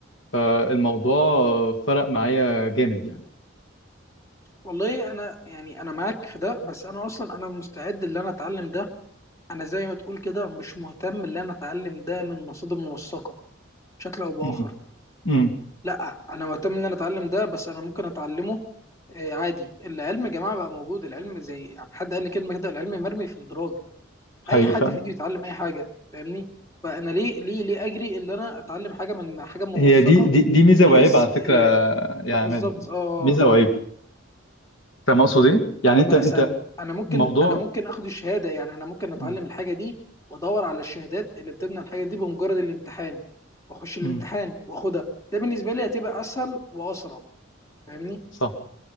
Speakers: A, on the left; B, on the left.
A: فالموضوع فرق معايا جامد يعني
B: والله انا يعني انا معاك في ده بس انا اصلا انا مستعد ان انا اتعلم ده انا زي ما تقول كده مش مهتم ان انا اتعلم ده من مصادر موثقه بشكل او باخر
A: امم امم
B: لا انا مهتم ان انا اتعلم ده بس انا ممكن اتعلمه آه، عادي العلم يا جماعه بقى موجود العلم زي يعني حد قال لي كلمه كده العلم مرمي في الدراج
A: حقيقي
B: اي حد
A: فعلا
B: في ايده يتعلم اي حاجه فاهمني فانا ليه ليه ليه اجري ان انا اتعلم حاجه من حاجه موثقه
A: هي دي دي دي ميزة
B: بحيث
A: وعيب على فكرة
B: آه،
A: يا عماد
B: بالظبط اه
A: ميزة وعيب فاهم أقصد إيه؟
B: لا
A: يعني أنت
B: ما
A: أنت
B: اسال انا ممكن
A: موضوع
B: انا ممكن اخد الشهاده يعني انا ممكن اتعلم
A: امم
B: الحاجه دي وادور على الشهادات اللي بتبنى الحاجه دي بمجرد الامتحان واخش الامتحان
A: امم
B: واخدها ده بالنسبه لي هتبقى اسهل واسرع فاهمني
A: صح